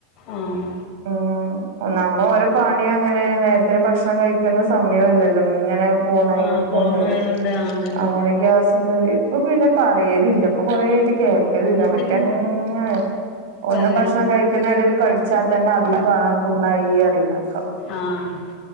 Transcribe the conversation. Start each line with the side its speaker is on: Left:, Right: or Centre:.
Left: ആഹ്
Right: ഉം ഒന്നാമ്മെ ഓരോ പണിയങ്ങനെണ് നേരത്തിന് ഭക്ഷണം കഴിക്കുന്ന സമയു അല്ലല്ലോ? ഇങ്ങനെ പോണൈനെക്കൊണ്ട്
Left: ആഹ് പോവണായതുകൊണ്ട് ആഹ് അതന്നെ
Right: അങ്ങനെ ഗ്യസ് കേറി ഇപ്പ പിന്നെ പറയലില്ല ഇപ്പൊ കൊറേയായിട്ട് കേക്ക ലില്ല
Left: ചിക്കല്
Right: മറ്റങ്ങനെ ഒന്ന്
Left: പറയാ
Right: ഭക്ഷണം കഴി ക്ക്ണെടീല് കടിച്ചാ തന്നെ അതും കാണാ പുണ്ണായി അറിയ്ണേക്കാ
Left: ആഹ്